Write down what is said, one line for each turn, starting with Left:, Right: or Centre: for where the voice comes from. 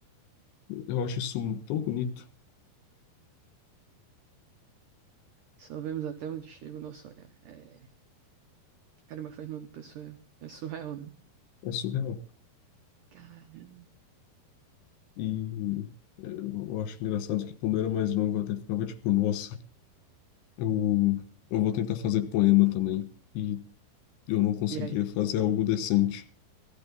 Left: Eu acho isso tão bonito.
Right: Só vemos até onde chega o nosso olhar. É, caramba, Fernando Pessoa é é surreal, né?
Left: É surreal.
Right: Caramba.
Left: E é, eu acho engraçado que quando eu era mais novo eu até ficava tipo, nossa, eu, eu vou tentar fazer poema também. E eu não conseguia
Right: E aí?
Left: fazer algo decente.